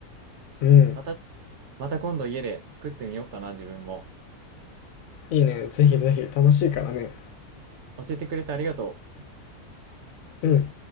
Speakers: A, on the left; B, on the right.
A: うん。
B: また、また今度家で作ってみようかな、自分も。
A: いいね。ぜひぜひ楽しいからね。
B: 教えてくれてありがとう。
A: うん。